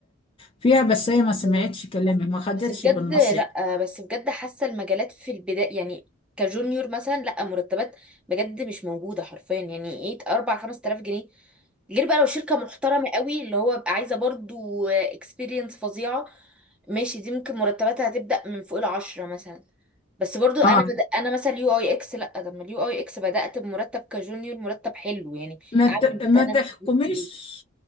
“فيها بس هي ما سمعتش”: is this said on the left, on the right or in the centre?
Left